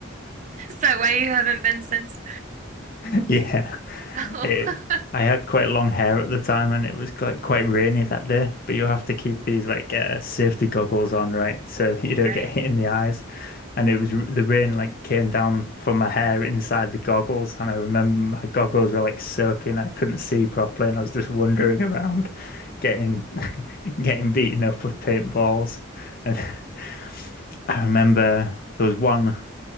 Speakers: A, on the right; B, on the left.
A: <laughs> Is that why you haven't been since?
B: <laughs> Yeah.
A: Oh,
B: It, I had quite long hair at the time and it was like quite rainy that day, but you have to keep these like uh, safety goggles on, right? So <laughs> that you don't
A: <laughs>
B: get hit
A: right.
B: in the eyes. And it was r- the rain like came down from my hair inside the goggles. And I remember my goggles were like soaking. I couldn't see properly and I was just wandering around getting <laughs> getting beaten up with paintballs. And <laughs> I remember there was one